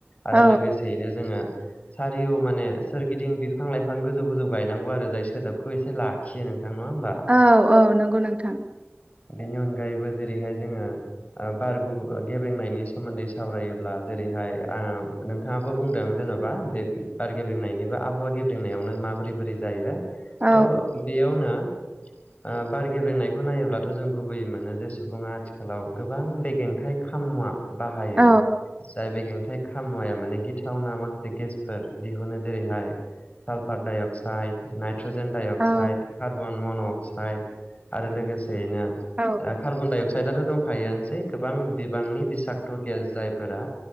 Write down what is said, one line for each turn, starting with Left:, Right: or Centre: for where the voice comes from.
Right: औ
Left: आरो लोगोसेयैनो जोङो। सारि माने सोरगिदिं बिफां लाइफां गोजौ गोजौ गायनांगौ आरो जाय सोदोबखौ एसे लाखियो नों नङा होनोमबा?
Right: औ औ नंगौ नोंथां।
Left: बिनि अनगायैबो जेरैहाय जोङो बार गेबेंनायनि सोमोन्दै सावरायोब्ला जों जेरैहाय नोंथाङाबो बुंदों जेन'बा दे बार गेब्रिंनायनि बा आबहावा गेब्रेंनायावनो मा माबोरै बोरै जायो
Right: औ
Left: थ' बेयावनो। ओ बार गेब्रेंनायखौ नायोब्लाथ' जों गुबै मोनो जे सुबुंङा आथिखालाव गोबां बेग्रेंथाइ खामुवा बाहायो
Right: औ
Left: जाय बे गेंथायाइ खामुवाया माने गिथावना माखासे गेसफोर दिहुनो जेरैहाय सालफार डायअक्साइड नाय हाइट्रजेन डाइ अक्साइड
Right: औ
Left: कार्बन मन' अक्साइड आरो लोगो सेनो
Right: औ
Left: कार्बन डाइ अक्साइदआथ' दंखायोआनोसै गोबां बि बिबांनि बिसक्त' गेस जायफोरा